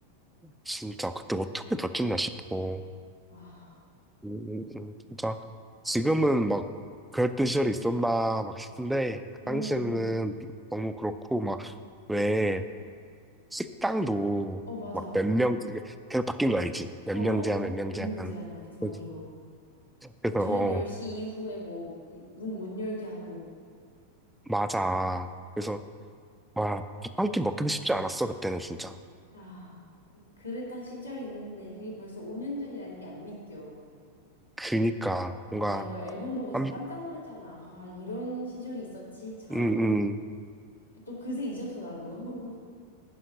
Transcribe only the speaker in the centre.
진짜, 그때 어떻게 다쳤나 싶어. 음,
음, 음, 진짜, 지금은 막, 그랬던 시절이 있었나, 막 싶은데, 그
당시에는 너무 그렇고, 막, 왜, 식당도,
막, 몇 명, 계속 바뀐 거 알지? 몇
명 제한, 몇 명
제한.
그래서, 그래서,
어,
맞아. 그래서, 와, 밥 한 끼 먹기도 쉽지 않았어, 그때는 진짜.
그니까, 뭔가,
한,
음,
음.